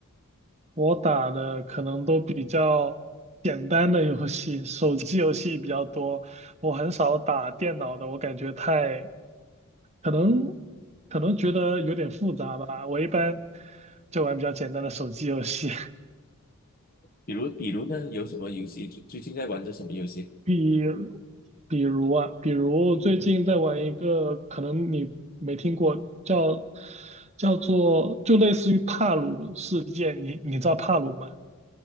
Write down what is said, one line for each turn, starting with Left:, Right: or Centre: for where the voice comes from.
Right: 我打的可能都比较简单的游戏，手机游戏比较多，我很少打电脑的，我感觉太，可能可能觉得有点复杂吧。我一般就玩比较简单的手机游戏。<laughs>
Left: 比如比如呢，有什么游戏最最近在玩着什么游戏？
Right: 比如比如啊，比如最近在玩一个，
Left: 嗯，
Right: 可能你没听过，叫叫做就类似于帕鲁事件，你你知道帕鲁吗？